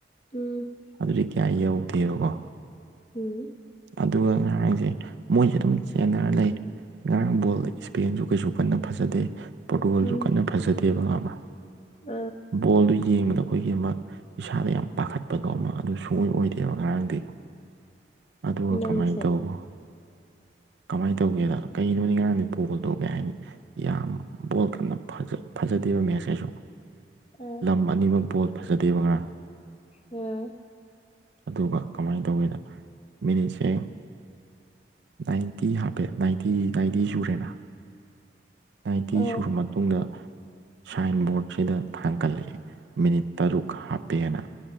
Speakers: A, on the left (about 35°); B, on the right (about 75°).
A: ꯑꯝ
B: ꯑꯗꯨꯗꯤ ꯀꯌꯥ ꯌꯧꯗꯦꯕꯀꯣ
A: ꯎꯝ
B: ꯑꯗꯨꯒ ꯉꯔꯥꯡꯁꯦ ꯃꯣꯏꯁꯦ ꯑꯗꯨꯝ ꯆꯦꯟꯅꯔ ꯂꯩ ꯉꯔꯥꯡ ꯕꯣꯜ ꯏꯁꯄꯦꯟꯁꯨ ꯀꯩꯁꯨ ꯀꯟꯅ ꯐꯖꯗꯦ ꯄꯣꯔꯇꯨꯒꯜꯁꯨ
A: ꯎꯝ
B: ꯀꯟꯅ ꯐꯖꯗꯦꯕ ꯈꯪꯉꯕ
A: ꯑ
B: ꯕꯣꯜꯗꯨ ꯌꯦꯡꯕꯗ ꯑꯩꯈꯣꯏꯒꯤ ꯑꯃ ꯏꯁꯥꯗ ꯌꯥꯝ ꯄꯥꯈꯠꯄꯗꯣ ꯑꯃ ꯑꯗꯨ ꯁꯨꯡꯑꯣꯣꯏ ꯑꯣꯏꯗꯦꯕ ꯉꯔꯥꯡꯗꯤ ꯑꯗꯨꯒ
A: ꯅꯪꯁꯦ
B: ꯀꯃꯥꯏꯅ ꯇꯧꯕ ꯀꯃꯥꯏꯅ ꯇꯧꯒꯦꯗ ꯀꯩꯅꯣꯅꯤ ꯉꯔꯥꯡꯗꯤ ꯕꯣꯜꯗꯣ ꯀꯩ ꯍꯥꯏꯅꯤ ꯌꯥꯝ ꯕꯣꯜ ꯀꯅ ꯐꯖꯗꯦꯕ ꯃꯦꯠꯁ ꯀꯩꯁꯨ
A: ꯎꯝ
B: ꯇ ꯑꯅꯤꯃꯛ ꯕꯣꯜ ꯐꯖꯗꯦꯕ ꯉꯔꯥꯡ
A: ꯎꯝ
B: ꯑꯗꯨꯒ ꯀꯃꯥꯏꯅ ꯇꯧꯒꯦꯗ ꯃꯤꯅꯤꯠ ꯁ ꯅꯥꯏꯟꯇꯤ ꯍꯥꯞꯄꯦ ꯅꯥꯏꯟꯇꯤ ꯅꯥꯏꯟꯇꯤ ꯁꯨꯔꯦꯅ ꯅꯥꯏꯟꯇꯤ
A: ꯎꯝ
B: ꯁꯨꯔꯕ ꯃꯇꯨꯡꯗ ꯁꯥꯏꯟꯕꯣꯔꯗ ꯁꯤꯗ ꯊꯥꯡꯒꯠꯂꯑꯦ ꯃꯤꯅꯤꯠ ꯇꯔꯨꯛ ꯍꯥꯞꯄꯦꯅ